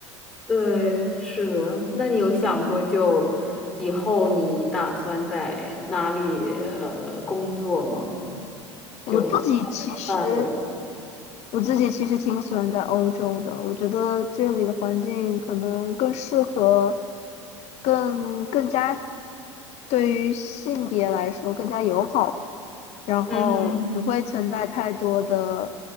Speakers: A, in the centre; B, on the left.
A: 对，是的。那你有想过就以后你打算在哪里呃工作吗？就
B: 我自己其实，
A: 范围。
B: 我自己其实挺喜欢在欧洲的，我觉得这里的环境可能更适合，更更加对于性别来说更加友好，然后不会存在太多的
A: 嗯